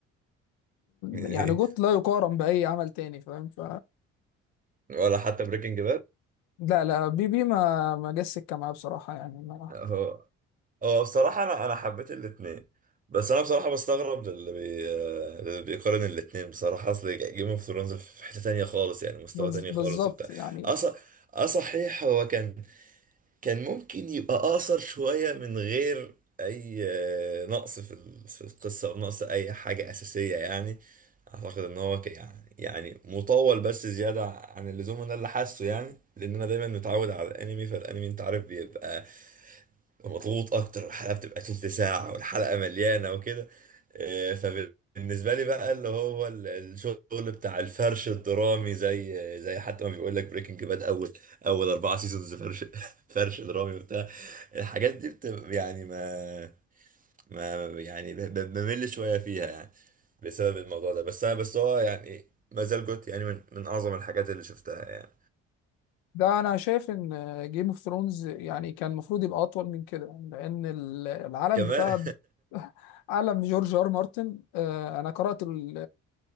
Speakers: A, on the right; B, on the left.
A: إيه؟
B: يعني جوت لا يقارن باي عمل تاني فاهم ف
A: ولا حتى بريكنج
B: لا لا بي بي ما ما جاش سكه معايا بصراحه يعني ما...
A: باد هو بصراحة أنا أنا حبيت الاتنين بس أنا بصراحة بستغرب للي بي... للي بيقارن الاتنين بصراحة أصل جيم اوف ثرونز في حتة تانية خالص يعني مستوى
B: بز...
A: تاني
B: بالظبط
A: خالص وبتاع
B: يعني
A: أص... أه صحيح هو كان كان ممكن يبقى أقصر شوية من غير أي آه، نقص في ال- في القصة أو نقص أي حاجة أساسية يعني أعتقد إن هو ك... يعني يعني مطول بس زيادة عن اللزوم أنا اللي حاسه يعني لأن أنا دايما متعود على الأنمي فالأنمي أنت عارف بيبقى مضغوط اكتر الحلقه بتبقى تلت ساعه والحلقه مليانه وكده آه، فبالنسبه لي بقى اللي هو ال- الشغل بتاع الفرش الدرامي زي زي حتى ما بيقول لك بريكنج باد اول اول اربعه سيزونز فرش <laughs> فرش درامي وبتاع الحاجات دي بتبقى يعني ما ما يعني ب- ب- بمل شويه فيها يعني بسبب الموضوع ده بس انا بس هو يعني ما زال جوت يعني من من اعظم الحاجات اللي شفتها يعني
B: ده انا شايف ان جيم اوف ثرونز يعني كان المفروض يبقى اطول من كده لان ال- العالم
A: كمان
B: بتاع <laughs> عالم جورج ار مارتن آه، انا قرات ال-